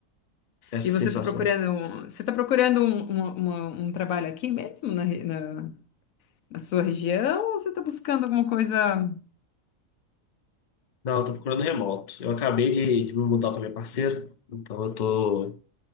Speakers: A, on the left (about 50°); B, on the left (about 80°).
A: Essa
B: E você
A: sensação.
B: está procurando, um- você está procurando um, um- uma- um trabalho aqui mesmo na, re- na- na sua região ou você está buscando alguma coisa?
A: Não, eu tô procurando remoto. Eu acabei de, de me mudar com a minha parceira, então eu tô